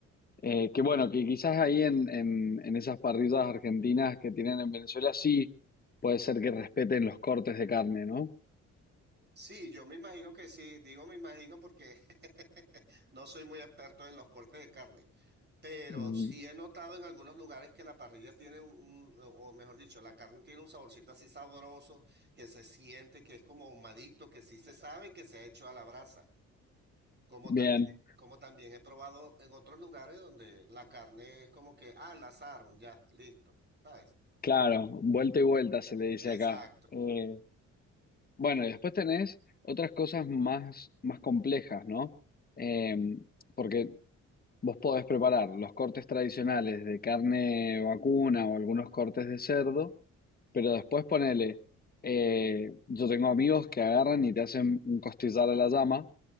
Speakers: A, on the left; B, on the right.
A: Eh, que bueno, que quizás ahí en, en en esas parrillas argentinas que tienen en Venezuela sí puede ser que respeten los cortes de carne, ¿no?
B: Sí, yo me imagino que sí, digo me imagino porque <laughs> no soy muy experto en los cortes de carne, pero
A: Mm,
B: sí he notado en algunos lugares que la parrilla tiene un, un- o mejor dicho, la carne tiene un saborcito así sabroso que se siente que es como ahumadito, que sí se sabe que se ha hecho a la brasa. Como
A: Bien,
B: tam como también he probado en otros lugares donde la carne es como que, ah, la asaron, ya, listo, ¿sabes?
A: claro, vuelta y vuelta se le dice
B: Exacto.
A: acá. Eh, bueno, y después tenés otras cosas más, más complejas, ¿no? Eh, porque vos podés preparar los cortes tradicionales de carne vacuna o algunos cortes de cerdo, pero después ponele, eh, yo tengo amigos que agarran y te hacen un costillar a la llama